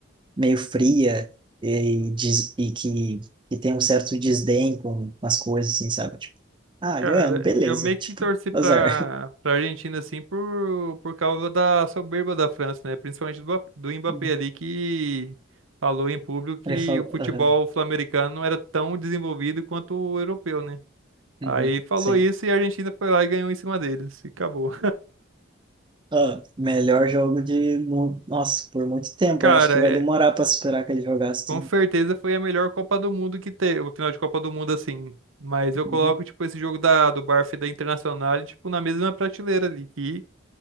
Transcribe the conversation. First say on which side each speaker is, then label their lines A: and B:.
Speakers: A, on the right; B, on the right.
A: meio fria e, des- e que, que tem um certo desdém com as coisas, assim, sabe? Tipo, ah,
B: Cara,
A: ganhamos, beleza.
B: eu meio
A: Tipo,
B: que torci pra,
A: azar.
B: pra Argentina, assim, por, por causa da soberba da França, né? Principalmente do, Ba- do Mbappé
A: <laughs>
B: ali, que falou em público que
A: Ele falou,
B: o futebol
A: aham,
B: sul-americano não era tão desenvolvido quanto o europeu, né?
A: uhum,
B: Aí falou
A: sim.
B: isso e a Argentina foi lá e ganhou em cima deles. E acabou.
A: Ah, melhor jogo de. mu- Nossa, por muito tempo.
B: <laughs> Cara,
A: Eu acho que vai
B: é,
A: demorar para superar aquele jogaço.
B: com certeza foi a melhor Copa do Mundo que teve, o final de Copa do Mundo, assim. Mas eu
A: Uhum.
B: coloco, tipo, esse jogo da, do Barça e da Internacional, tipo, na mesma prateleira ali, que